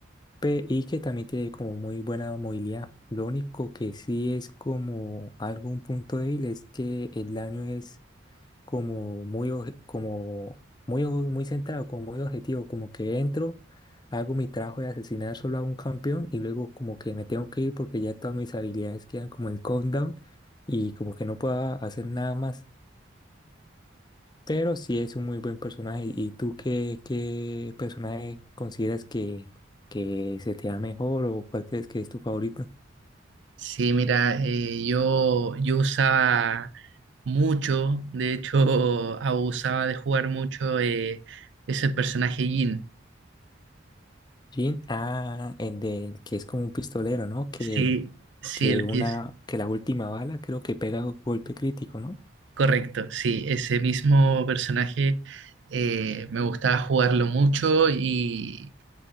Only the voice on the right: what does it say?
Sí, mira, eh, yo, yo usaba mucho, de hecho, <laughs> abusaba de jugar mucho, eh, es el personaje Jin.
Sí, sí,
el
que es.
Correcto, sí, ese mismo personaje eh, me gustaba jugarlo mucho y,